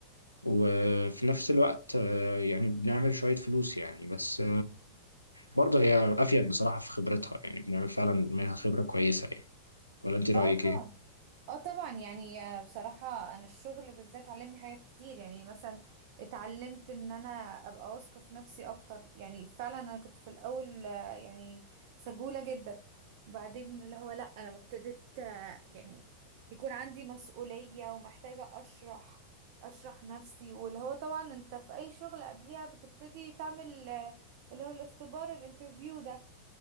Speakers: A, on the left; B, on the right.
A: وفي نفس الوقت آه، يعني بنعمل شوية فلوس يعني بس برضه هي افيد بصراحه في خبرتها يعني بنعمل فعلا منها خبره كويسه يعني ولا انت رايك
B: اه طبعا
A: ايه
B: اه طبعا يعني آه، بصراحة انا الشغل بالذات علمني حاجات كتير يعني مثلا اتعلمت ان انا ابقى واثقة في نفسي اكتر يعني فعلا انا كنت في الاول آه، يعني خجولة جدا وبعدين اللي هو لا انا لما ابتديت آه، يعني يكون عندي مسؤولية ومحتاجة اشرح اشرح نفسي واللي هو طبعا انت في اي شغل قبليها بتبتدي تعمل آه، اللي هو الاختبار الانترفيو ده